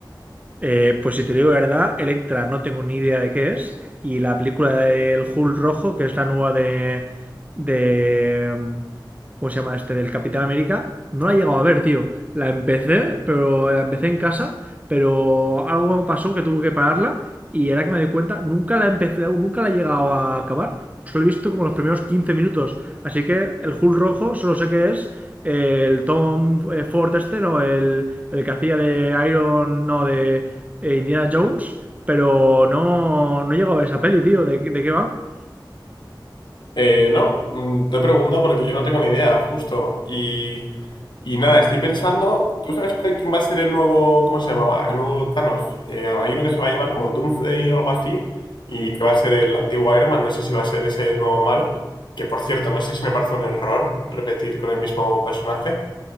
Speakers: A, on the right; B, on the left.
A: Eh, pues si te digo la verdad, Electra no tengo ni idea de qué es. Y la película del Hulk rojo, que es la nueva de, de... ¿Cómo se llama este? Del Capitán América. No la he llegado a ver, tío. La empecé, pero la empecé en casa, pero algo me pasó que tuve que pararla y era que me di cuenta, nunca la empecé, nunca la he llegado a acabar. Solo he visto como los primeros 15 minutos. Así que el Hulk rojo solo sé que es el Tom eh, Ford este, ¿no? El, el que hacía de Iron, no, de eh, Indiana Jones, pero no, no he llegado a ver esa peli, tío, ¿de, de qué va?
B: Eh, no, mm, te pregunto porque yo no tengo ni idea, justo. Y, Y nada, estoy pensando, ¿tú sabes quién quién va a ser el nuevo, cómo se llamaba? El nuevo Thanos. Eh, hay uno que se va a llamar como Doomsday o algo así, y que va a ser el antiguo Iron Man, no sé si va a ser ese el nuevo malo, que por cierto, no sé si me parece un error repetir con el mismo personaje,